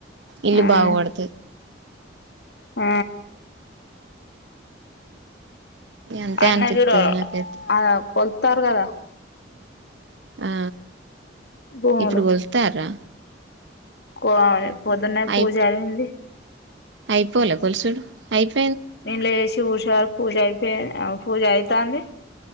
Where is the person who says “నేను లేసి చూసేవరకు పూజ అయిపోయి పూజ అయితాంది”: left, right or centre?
Left